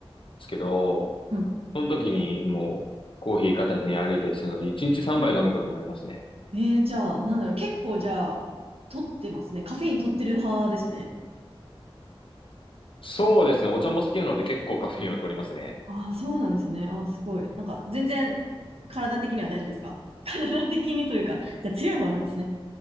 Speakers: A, on the left; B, on the right.
A: すけど、
B: うん
A: その時にもうコーヒー片手に歩いたりするので、1日3杯飲むこともありますね。
B: えー、じゃあ、なんだろう、結構じゃあ、取ってますね。カフェイン取ってる派ですね。
A: そうですね。お茶も好きなので結構カフェインは取りますね。
B: ああ、そうなんですね。ああ、すごい。なんか、全然、体的には大丈夫ですか <laughs> 体的にというか、じゃあ強い方なんですね。